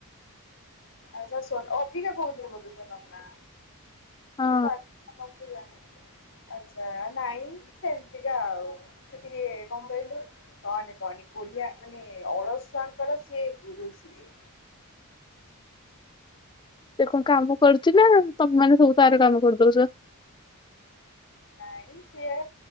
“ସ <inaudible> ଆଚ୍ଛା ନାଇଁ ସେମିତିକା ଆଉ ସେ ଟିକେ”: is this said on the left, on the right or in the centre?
Left